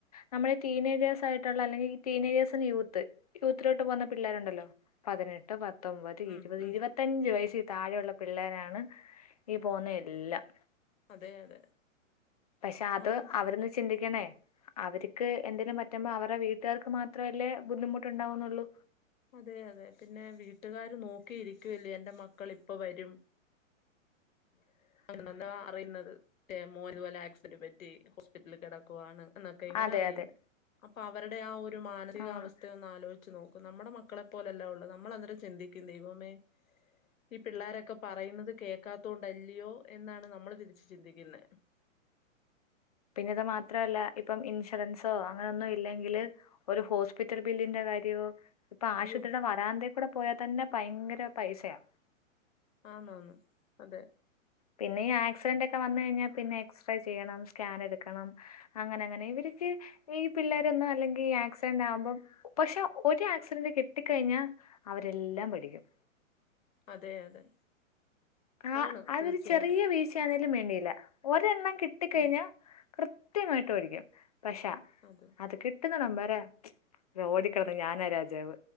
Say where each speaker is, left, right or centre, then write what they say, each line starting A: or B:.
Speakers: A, on the left; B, on the left.
A: നമ്മളെ ടീ നേജേഴ്സായിട്ടുള്ള അല്ലെങ്കി ടീ നേജേഴ്സ്ന്ന് യൂത്ത് യൂത്തിലോട്ട് പോന്ന പിള്ളേരുണ്ടല്ലോ പതിനെട്ട് പത്തൊമ്പത്
B: ഉം
A: ഇരുപത്
B: ഉം
A: ഇരുപത്തിഞ്ച വയ താഴെയുള്ള പിള്ളേരാണ് ഈ പോകുന്ന എല്ലാം
B: അതെ അതെ
A: പക്ഷെ അത്
B: ആന്ന്
A: അവരന്ന് ചിന്തിക്കണേ അവര്ക്ക് എന്തേലും പറ്റുമ്പോ അവരെ വീട്ടുകാർക്ക് മാത്രല്ലേ ബുദ്ധിമുട്ടുണ്ടാവുന്നുള്ളു.
B: അതെ അതെ പിന്നെ വീട്ടുകാര് നോക്കിയിരിക്കൂല്ലേ എൻറെ മക്കള് ഇപ്പൊ വരും. <unintelligible> അങ്ങന്താ അറിയുന്നത് റ്റേ മോന് പോലെ ആക്സിഡന്റ് പറ്റി ഹോസ്പിറ്റലില് കെടക്കുവാണ്. ന്നൊക്കെ ഇങ്ങനെ
A: അതെ
B: അറിയുന്ന
A: അതെ
B: അപ്പൊ അവരുടെ ആ ഒരു മാനസികാവസ്ഥയ
A: ആഹ്
B: ഒന്നലോചി ച്ച് നോക്കു. നമ്മുടെ മക്കളെ പോലെല്ലാം ഉള്ളൂ നമ്മൾന്നേരം ചിന്തിക്കുന്നു ദൈവമേ, ഈ പിള്ളോരൊക്കെ പറയുന്നത് കേക്കാത്ത ത്തോണ്ടല്ലിയോ എന്നാണ് നമ്മള് തിരിച്ച് ചിന്തിക്കുന്ന.
A: പിന്നെത് മാത്രല്ല ഇപ്പം ഇൻഷുറൻസോ അങ്ങനൊന്നും ഇല്ലെങ്കില്. ഒരു ഹോസ്പിറ്റൽ ബില്ലിന്റെ കാര്യോ ഇപ്പൊ
B: അയ്യോ
A: ആശുപത്രിണ വരാന്ത കൂടെ പോയാ തന്നെ ഭയങ്കര പൈസയാ.
B: ആന്നാന്ന് അതെ.
A: പിന്നെ ഈ ആക്സിഡന്റ് ഒക്കെ വന്നു കഴിഞ്ഞാ പിന്നെ എക്സ്റേ ചെയ്യണം. സ്കാൻ എടുക്കണം. അങ്ങനെ അങ്ങനെ ഇവര്ക്ക് ഈ പിള്ളോരൊന്നും അല്ലെങ്കി ആക്സിഡന്റ് ആവുമ്പോം പക്ഷെ ഒരു ആക്സിഡന്റ് കിട്ടിക്കഴിഞ്ഞാൽ അവരെല്ലാം പഠിക്കും.
B: അതെ അതെ.
A: ആ
B: ആണ്
A: അതൊരു
B: തീർച്ചയായിട്ടും
A: ചെറിയ വീഴ്ചയാന്ന വേണ്ടീല്ല. ഒരെണ്ണം കിട്ടി കഴിഞ്ഞാ
B: ആ
A: കൃത്യമായിട്ട് ഓരിക്കും. പക്ഷാ
B: അതെ
A: അത് കിട്ടുന്നണംമ്പരാ ഓടിക്കിടന്ന് ഞാനാ രാജാവ്